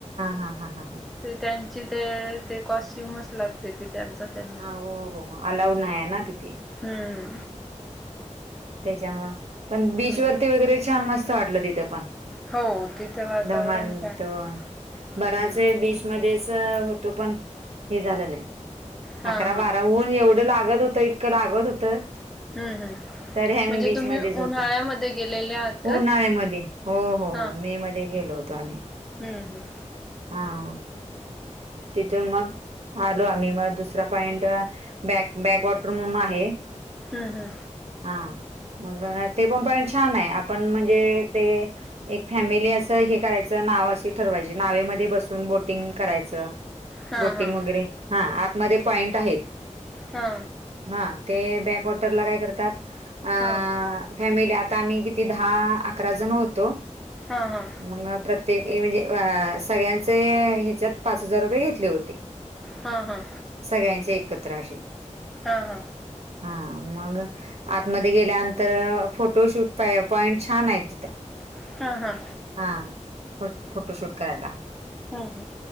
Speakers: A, on the right; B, in the centre.
A: हा हा हा हा
B: ते त्यांची ते ते कॉस्ट्युमच लागते ते त्यांचा त्यांना
A: हा हो हो अलाऊड नाय य ना तिथे
B: हूं
A: त्याच्यामुळ पण बीच
B: हम्म
A: वरती वगैरे छान मस्त वाटलं तिथ ते पण
B: हो तिथं वातावरण
A: दमानं
B: छान
A: त
B: आहे.
A: बराच
B: हम्म
A: वेळ बीच मधेस होतो पण हें झालं नाय
B: हा
A: अकरा
B: हा
A: बारा ऊन एवढं लागत होतं इतकं लागत होतं.
B: हम्म हम्म
A: तरी आम्ही
B: म्हणजे
A: बीचमध्येच
B: तुम्ही
A: होतो
B: उन्हाळ्यामध्ये गेलेले आहात का?
A: उन्हाळ्यामध्ये हो हो
B: हा
A: हो मे मध्ये ते गेलो होतो आम्ही
B: हम्म हम्म
A: हा तिथून मग आलो आम्ही मग दुसरा पॉईंट बॅक बॅक वॉटर म्हणून आहे
B: हूं हूं
A: हा मग ते पण पॉईंट छान आहे आपण म्हणजे ते एक फॅमिली असं हे करायचं नाव अशी ठरवायची नावेमध्ये बसून बोटिंग करायचं.
B: हा
A: बोटिंग
B: हा
A: वगैरे हा आतमध्ये
B: हम्म
A: पॉईंट आहेत.
B: हा
A: न्हा ते बॅकवॉटरला काय करतात अ
B: हा
A: फॅमिली आता आम्ही किती दहा अकरा जण होतो.
B: हा हा
A: मग प्रत्येक म्हणजे अ सगळ्यांचे ह्याच्यात पाच हजार रुपये घेतले होते.
B: हा हा
A: सगळ्यांचे एकत्र असे
B: हा हा
A: हा मग आतमध्ये गेल्यानंतर फोटोशूट पा पॉइंट छान आहे तिथं
B: हा हा
A: हा फ फोटोशूट करायला.
B: हम्म हम्म